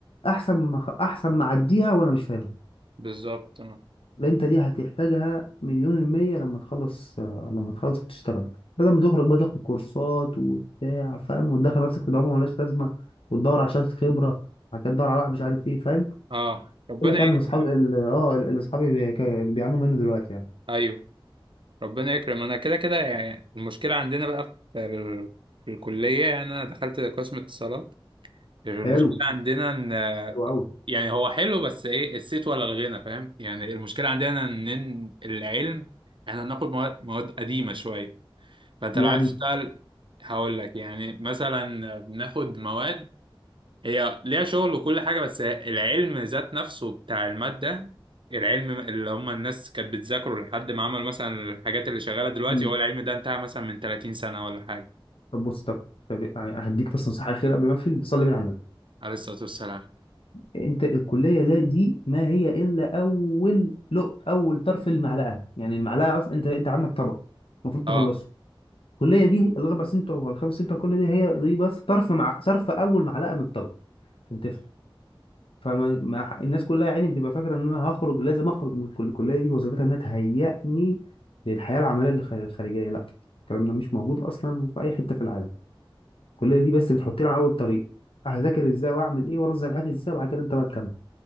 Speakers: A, on the left; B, on the right.
A: احسن ما أخ- احسن ما اعديها وانا مش فاهمها
B: بالظبط اه
A: لا انت دي هتحتاجها مليون المية لما تخلص آه، لما تخلص تشتغل بدل ما تخرج بقى تاخد كورسات وبتاع فاهم وتدخل نفسك في دوامة ملهاش لازمة وتدور على شهادة خبرة بعد كده تدور على واحد مش عارف ايه فاهم
B: آه. ربنا
A: يقول لك يعني ان اصحابي
B: يكرم
A: ال- اه ال- اللي اصحابي بي- كا- بيعانوا منه دلوقتي يعني
B: ايوه ربنا يكرم انا كده كده يعني المشكلة عندنا بقى في ال... في الكلية يعني انا دخلت قسم اتصالات المشكلة
A: حلو
B: عندنا ان
A: حلو قوي
B: يعني هو حلو بس ايه الصيت ولا الغنى فاهم يعني المشكله عندنا ان إن العلم احنا بناخد مواد مواد قديمه شويه فانت
A: يعني
B: لو عايز تشتغل هقول لك يعني مثلا بناخد مواد هي ليها شغل وكل حاجه بس العلم ذات نفسه بتاع الماده العلم اللي هم الناس كانت بتذاكره لحد ما عملوا مثلا الحاجات اللي شغاله دلوقتي
A: مم.
B: هو العلم ده انتهى مثلا من 30 سنه ولا حاجه
A: طب بص طب طب يعني هديك بس نصيحة أخيرة قبل ما أقفل صلي بينا على النبي
B: عليه الصلاه والسلام
A: أنت الكلية لا دي ما هي إلا أول لق أول طرف المعلقة يعني المعلقة أصلا أنت أنت عندك طبق المفروض تخلصه
B: اه
A: الكليه دي الاربع سنين بتوع ولا الخمس سنين بتوع الكليه دي هي دي بس طرف مع صرف اول معلقه من الطبق عشان تفهم فما مع الناس كلها يا عيني بتبقى فاكره ان انا هخرج لازم اخرج من الكل- الكليه دي وظيفتها انها تهيئني للحياه العمليه الخ- الخارجيه لا الكلام ده مش موجود اصلا في اي حته في العالم الكليه دي بس بتحطني على اول الطريق هذاكر ازاي واعمل ايه وانظم حياتي ازاي وبعد كده انت بقى تكمل